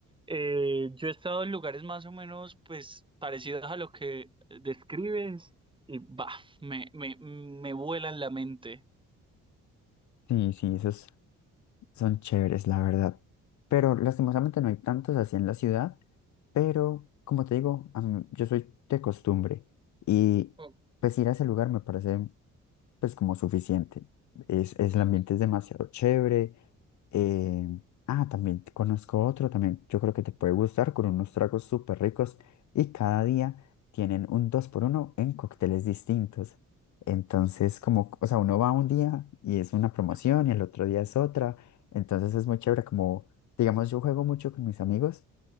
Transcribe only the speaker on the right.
Eh, yo he estado en lugares más o menos, pues, parecidos a lo que describes y, bah, me, me, me vuela en la mente.
Oh,
ok.
Ah,